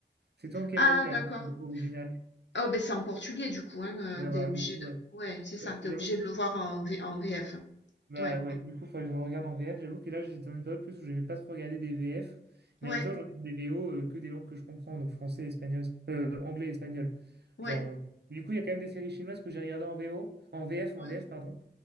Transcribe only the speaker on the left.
Ah
d'accord.
Oh ben c'est en portugais du coup, hein,
euh, t'es
obligé
de,
ouais c'est ça,
t'es
obligé de le voir en, V- en VF.
Ouais,
ouais,
ouais,
ouais,